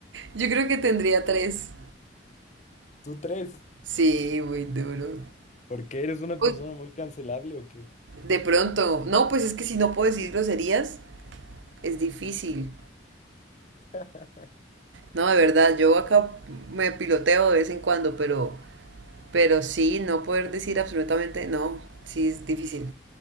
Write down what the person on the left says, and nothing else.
Tú tres.
Porque eres una
persona muy cancelable o qué?
<laughs>